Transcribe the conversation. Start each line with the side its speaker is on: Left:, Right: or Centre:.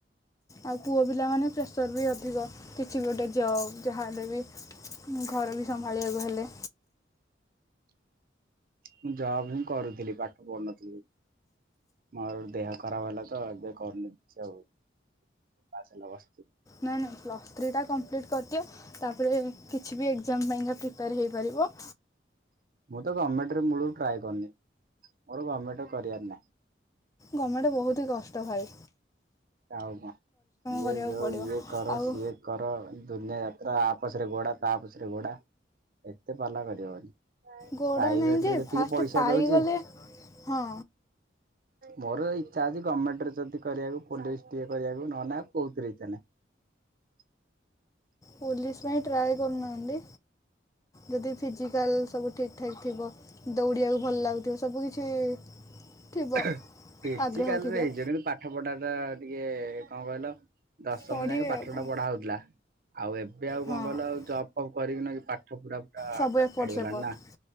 Left: ଆଉ ପୁଅ ପିଲା ମାନେ ପ୍ରେସର୍ ବି ଅଧିକ କିଛି ଗୋଟେ ଜବ୍ ଯାହା ହେଲେ ବି ଘର ବି ସମ୍ଭାଳିବାକୁ ହେଲେ
Right: ହୁଁ ଜବ୍ ବି କରୁଥିଲି ପାଠ ପଢୁ ନଥିଲି ମୋର ଦେହ ଖରାପ୍ ହେଲାତ ଏବେ କନୁଛି ଆଉ ପାସ୍ ହେଲା ପା
Left: ନାଇଁ ନାାଇଁ ପ୍ଲସ୍ ଥ୍ରୀ ଟା କଂପ୍ଲିଟ୍ କରିଦିଅ ତାପରେ କିଛି ବି ଏକ୍ଜାମ୍ ପାଈଁ କା ପ୍ରୀ ପାର୍ ହେଇପାରିବ
Right: ମୁଁ ତ ଗମେଣ୍ଟ ମୁଳୁ ରୁ ଟ୍ରାୟ କରିନି ମୋର ଗମେଣ୍ଟ କରିବାର ନାହିଁ।
Left: ଗମ୍ମେଣ୍ଟ ବହୁତ୍ କଷ୍ଟ ଖାଇ
Right: ଆଉ କଣ ଇଏ
Left: କରିବାକୁ
Right: ଯୋଉ
Left: ପଡ଼ିବ
Right: ଇଏ କର
Left: ଆଉ
Right: ସିଏ କର ଦୁନିଆ ଯା ଆ ପଛ ରେ ଗୋଡା ତା ପଛ ରେ ଗୋଡ଼ା ଏତେ ପାଲା କରିହବନି।
Left: ଗୋଡା
Right: ପ୍ରାଇଭେଟରେ
Left: ନାହିଁ ଯେ,
Right: ଯେତିକି
Left: ଫାଷ୍ଟ
Right: ପଇସା
Left: ପାଇଗଲେ
Right: ଦଉଛି
Left: ହଁ।
Right: ମୋର ଇଚଛା ଅଛି, ଗମେଣ୍ଟରେ ଯଦି କରିବାକୁ ପୋଲିସ ଟିକେ କରିବା ପାଇଁ, ନହେନେ ଆଉ କୋଉଁଥିରେ ଇଚ୍ଛା ନାହିଁ।
Left: ପୋଲିସ ପାଇଁ ଟ୍ରାଏ କରୁ ନାହାନ୍ତି। ଯଦି ଫିଜିକାଲ ସବୁ ଠିକ ଠାକ୍ ଥିବ ଦୌଡିବାକୁ ଭଲ୍ ଲାଗୁଥିବ ସବୁ କିଛି ଥିବ
Right: ଏ-ହେ ଫିଜିକାଲିରେ
Left: ଆଗ୍ରହ ଥିବ
Right: ହେଇଯିବ। କିନ୍ତୁ ପାଠ ପଢ଼ା ଟା ଟିକେ କଣ କହିଲ? ଦଶମ
Left: ପଢ଼ିବେ
Right: ଯାଏଁକେ ପାଠ
Left: ଆଉ କଣ
Right: ଟା ପଢ଼ା ହଉଥିଲା। ଆଉ ଏବେ ଆଉ
Left: ହଁ
Right: କଣ ଭଲ ଆଉ ଜବ୍ ଫପ୍ କରିକିନା କି ପା ପାଠ ପୁରା ପୁରା
Left: ସବୁ
Right: ଆଟାଚ୍
Left: ଏପଟ
Right: ଛାଡିଗଲାଣି
Left: ସେପଟ
Right: ନା